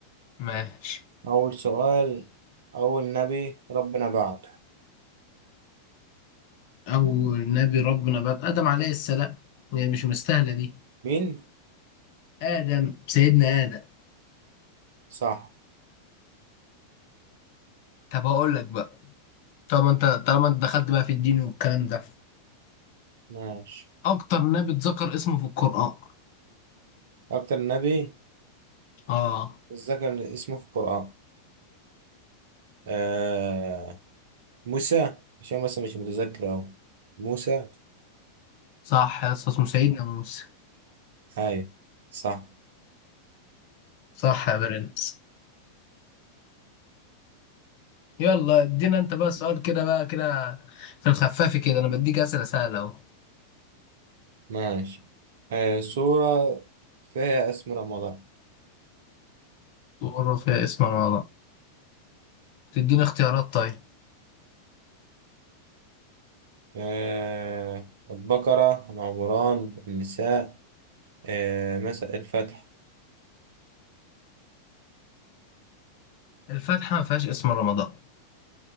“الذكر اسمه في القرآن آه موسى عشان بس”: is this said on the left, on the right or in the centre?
Right